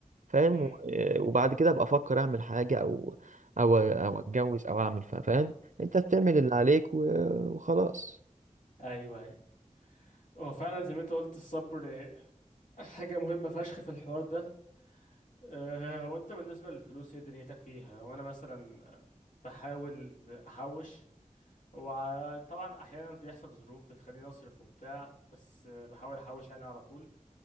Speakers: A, on the right; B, on the left.
A: فاهم
B: م-
A: و... وبعد كده أبقى أفكر أعمل حاجة أو أو أو أتجوز أو أعمل فا- فاهم أنت بتعمل اللي عليك و... وخلاص
B: أيوه أيوة. هو فعلا زي ما أنت قلت الصبر آه، حاجة مهمة فشخ في الحوار ده أه هو أنت بالنسبة للفلوس إيه دنيتك فيها وأنا مثلا بحاول أحوش وطبعا احيانا بيحصل ظروف بتخليني اصرف وبتاع بس بحاول احوش يعني على طول